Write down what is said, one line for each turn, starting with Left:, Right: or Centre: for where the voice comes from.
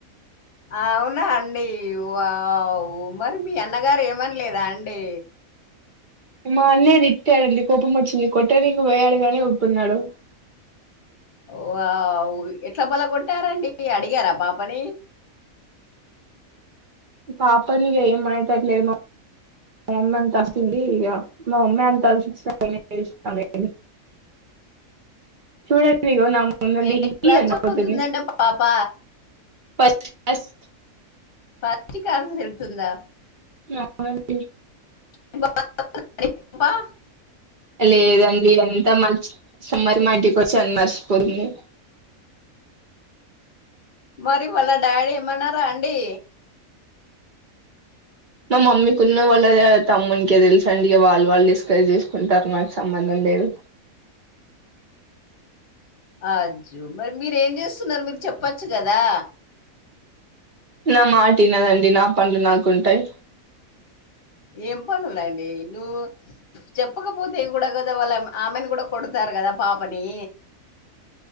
Left: అవునా అం డి వావ్ మరి మీ అన్నగారు ఏమనలేదా అండి
Right: మా అన్నయ తిట్టాడండి కోపం వచ్చింది కొట్ట నీకి పోయాడు గాని ఊకున్నాడు
Left: వావ్ ఎట్లా పలగొట్టారండి అడిగారా పాపని
Right: పాపని ఇగ ఏమనేటట్టు లేదు మ మా మమ్మి అంత అలుసిచింది ఇగ మా మమ్మి అంత అలుసు ఇచ్చినంక నేను ఏం జేస్తంలేండి చూడండి ఇదిగో నాముందుండి
Left: ఏ
Right: ఇహీ ఇహీ
Left: క్లాస్
Right: అని నవ్వుతుంది
Left: చదువుతుందంట పాప
Right: పస్ట్ క్లాస్
Left: పస్ట్ క్లాస్ యెళ్తుందా
Right: అవునండి
Left: <unintelligible>
Right: లేదండి ఇదంతా మ సమ్మర్ మా ఇంటికి వచ్చి అని మర్చిపోయింది
Left: మరి వాళ్ళ డాడీ ఏమన్నారా అండి
Right: మా మమ్మీకి ఉన్న వాళ్ళు తమ్మునికే తెలుసండి ఇగ వాళ్ళు వాళ్ళు డిస్కస్ చేసుకుంటారు నాకు సంబంధం లేదు
Left: అజ్జు మరి మీరు ఏం చేస్తున్నారు మీరు చెప్పచ్చు కదా
Right: నా మాట వినదండి నా పనులు నాకుంటాయి
Left: ఏం పనులండి యో చెప్పకపోతే కూడా కదా వాళ్ళ ఆమెను కూడా కొడతారు కదా పాపని